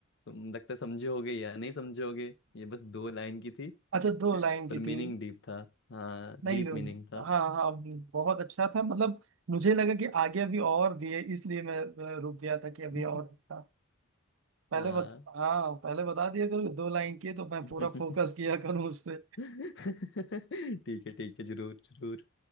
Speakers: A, on the left; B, on the right.
A: तुम लगता है समझे होगे या नहीं समझे होगे ये बस दो लाइन की थी
B: अच्छा
A: <laughs>
B: दो लाइन की
A: पर मीनिंग
B: थी
A: डीप था हाँ
B: नहीं
A: डीप
B: नहीं
A: मीनिंग था
B: हाँ हाँ बहुत अच्छा था मतलब मुझे लगा कि आगे अभी और भी है इसलिए मैं अ, रुक गया था कि अभी
A: <laughs>
B: और था पहले
A: हाँ
B: बत हाँ पहले बता दिया करो कि दो लाइन की है, तो मैं
A: <laughs>
B: पूरा फोकस किया करूँ उस पे
A: ठीक है ठीक है जरूर जरूर